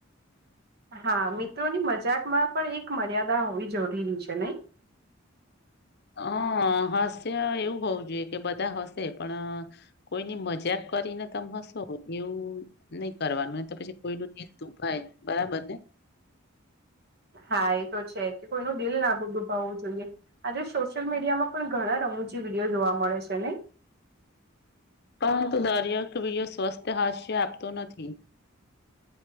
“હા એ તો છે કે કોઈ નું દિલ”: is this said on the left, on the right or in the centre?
Right